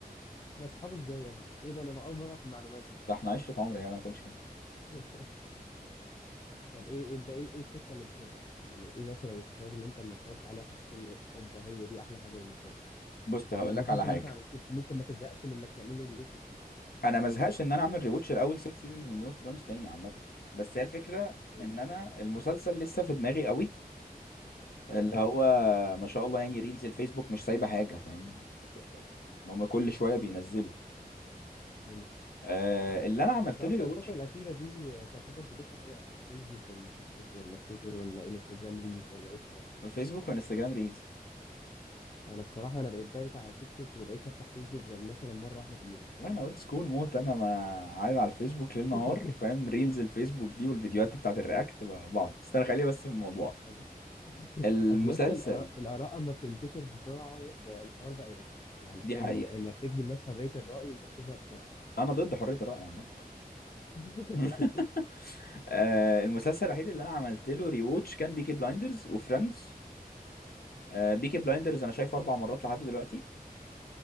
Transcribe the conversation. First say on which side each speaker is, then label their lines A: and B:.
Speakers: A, on the left; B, on the left.
A: احنا اصحاب ازاي يا ابني؟ ايه ده انا اول مره اعرف المعلومات دي
B: ده احنا عشرة عمر يا جدع ما تقولش كده
A: <laughs> طب ايه انت ايه ايه السكه اللي بتشدك؟ يعني ايه مثلا المسلسلات اللي انت لما اتفرجت عليها حسيت ان اوبا هي دي احلى حاجه بالنسبه لي؟
B: بص
A: يعني
B: هقول
A: مسلسل
B: لك على حاجه
A: مثلا عملت ممكن ما تزهقش من انك تعمل له ريواتش كتير
B: انا ما ازهقش ان انا اعمل ريوتش الاول 6 سيزونز من جيم اوف ثرونز تاني عامه بس هي الفكره
A: حلو
B: ان انا المسلسل لسه في دماغي قوي اللي
A: تمام
B: هو ما شاء الله يعني ريلز الفيسبوك مش سايبه حاجه فاهم هم كل شويه بينزلوا
A: حلو
B: آه اللي انا عملت
A: انت اصلا
B: له ريوتش
A: الفتره الاخيره دي آه، تعتبر بتفتح ايه اكتر فيسبوك ولا تيك توك ولا تويتر ولا انستجرام ريلز ولا ايه الكلام
B: في فيسبوك وانستجرام ريلز
A: انا الصراحه انا بقيت بايت على تيك توك وما بقيتش افتح فيسبوك غير مثلا مره واحده في اليوم
B: لا انا اولد سكول موت انا ما عايز على الفيسبوك ليل نهار
A: <laughs>
B: فاهم ريلز الفيسبوك دي والفيديوهات بتاعت الرياكت مع بعض استنى خليني بس في الموضوع
A: قصدي
B: المسلسل
A: قصدي يا اسطى الآراء الآراء اما بتنتشر بسرعه بقى الحوار بقى يرخم يعني
B: دي
A: فاهم
B: حقيقه
A: ان اما بتدي الناس حريه الراي انت بتزهق بسرعه
B: انا ضد حريه الراي عامه
A: <laughs>
B: <laughs> آه، المسلسل الوحيد اللي انا عملت له ريووتش كان بيكي بلايندرز وفريندز آه، بيكي بلايندرز انا شايفه اربع مرات لحد دلوقتي